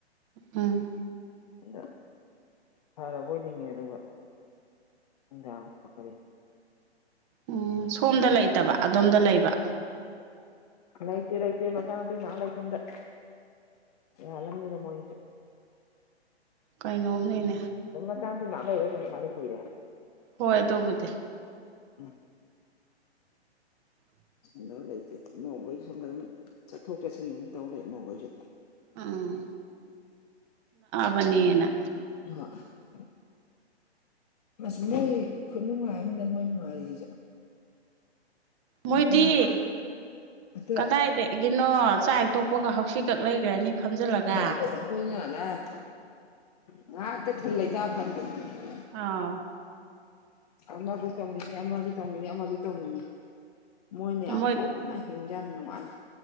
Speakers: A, on the right; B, on the left.
A: ꯎꯝ
B: ꯑꯗ ꯐꯔꯕ ꯑꯣꯏ ꯅꯤꯡꯉꯦ ꯑꯗꯨꯒ ꯉꯥꯡ ꯄꯣꯛꯈꯔꯤ
A: ꯎꯝ ꯁꯣꯝꯗ ꯂꯩꯇꯕ ꯑꯗꯣꯝꯗ ꯂꯩꯕ
B: ꯂꯩꯇꯦ ꯂꯩꯇꯦ ꯃꯆꯥꯅꯄꯤ ꯅꯍꯥꯟ ꯂꯩꯐꯝꯝꯗ ꯑꯅꯤꯗ ꯃꯗ
A: ꯀꯩꯅꯣꯝꯅꯦꯅꯦ
B: ꯊꯃ ꯆ ꯇ ꯅꯥꯟ ꯏꯔꯣꯏꯅꯤ ꯃꯥ ꯀꯏꯔꯦ
A: ꯍꯣꯏ ꯑꯗꯨꯕꯨꯗꯤ
B: ꯎꯝ
A: <inaudible>
B: ꯁꯣꯝꯗ ꯂꯩꯇꯦ ꯏꯃꯥꯎꯈꯣꯏꯁꯨ ꯁꯣꯝꯗ ꯑꯗꯨꯝ ꯆꯠꯊꯣꯛ ꯆꯠꯁꯤꯟ ꯑꯗꯨꯝ ꯇꯧ ꯂꯩ ꯃꯃꯥꯎꯈꯣꯏꯁꯨ
A: ꯎꯝ ꯕꯅꯤꯅ
B: <unintelligible> ꯑꯁ ꯃꯣꯏ ꯈꯨꯠꯅꯨꯡꯉꯥꯏꯝꯗ ꯃꯣꯏ ꯅꯨꯡꯉꯥꯏꯔꯤꯁꯤꯁꯨ
A: ꯃꯣꯏꯗꯤ
B: ꯑꯩꯈꯣꯏꯅ ꯑꯝꯇ
A: ꯀꯗꯥꯏꯗ ꯀꯩꯅꯣ ꯆꯥꯛ ꯍꯦꯛꯇꯣꯛꯄꯒ ꯍꯥꯎꯁꯤ ꯀꯛ ꯂꯩꯈ꯭ꯔꯅꯤ ꯐꯝꯖꯤꯜꯂꯒ
B: ꯑꯗꯨꯅ <unintelligible>
A: ꯑꯥ
B: ꯑꯃꯕꯨ ꯇꯧꯅꯤꯡꯉꯤ ꯑꯃꯁꯨ ꯇꯧꯅꯤꯡꯉꯤ ꯑꯃꯁꯨ ꯇꯧꯅꯤꯡꯉꯤ ꯃꯣꯏꯅ ꯌꯥꯝ
A: ꯃꯣꯏ
B: ꯀꯣꯝꯅ ꯍꯤꯡꯖ ꯅꯨꯡꯉꯥꯏ